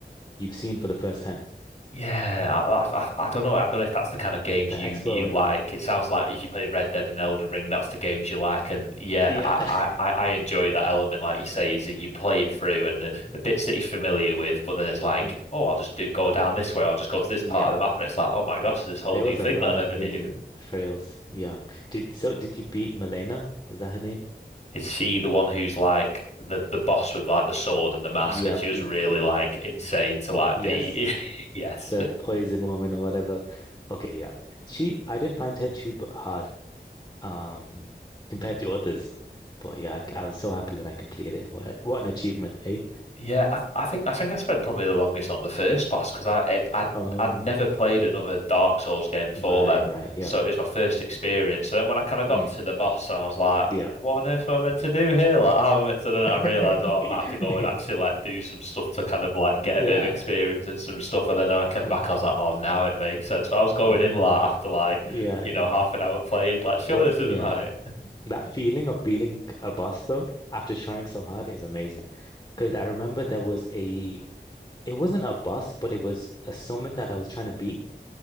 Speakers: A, on the left; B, on the left.
A: you've seen for the first time.
B: Yeah, I, I, I don't know. I don't know if that's the kind of games
A: The
B: you
A: explorer.
B: you like. It sounds like if you play Red Dead and Elden Ring, that's the games you like. And yeah,
A: Yeah.
B: I I,
A: <laughs>
B: I I enjoy that element, like you say, is that you play it through and the, the bits that you're familiar with, but then it's like,
A: Mm.
B: oh, I'll just do, go down this way. I'll just go to this
A: Yeah.
B: part of the map, and it's like, oh my gosh, this whole
A: There
B: new
A: was
B: thing
A: a lot
B: that I never
A: of hidden
B: knew.
A: trails. Yeah. Did so did you beat Milena? Was that her name?
B: Is she the one who's like the the boss with like the sword and the mask,
A: Yep.
B: and she was
A: l-
B: really like insane to like
A: Yes.
B: be? <laughs> Yes.
A: The poison woman or whatever. Okay, yeah. She, I didn't find her too b- hard, um, compared to others. But yeah, I, I was so happy when I completed it. What, what an achievement, eh?
B: Yeah, I, I think I think I spent probably the longest on the first boss because I it, I'd
A: Um,
B: I'd never played another Dark Souls game before
A: right,
B: then,
A: right, yeah.
B: so it was my first experience. So then when I kind of got
A: Mm,
B: to the boss and I was like,
A: yeah.
B: "What on earth am I meant to do here? Like, how am I meant to?" Then I
A: <laughs>
B: realized, oh, I might have to go and
A: Yeah.
B: actually like do some stuff to kind of like get
A: Yeah.
B: a bit of experience and some stuff. And then when I came
A: Mm,
B: back, I was like, "Oh, now it makes sense." But I was going
A: mm.
B: in like after like
A: Yeah,
B: you
A: yeah.
B: know half an hour played, like, "Sure,
A: But
B: this isn't
A: yeah,
B: right."
A: that feeling of beating a boss though, after trying so hard is amazing. Because I remember there was a It wasn't a boss, but it was a summon that I was trying to beat.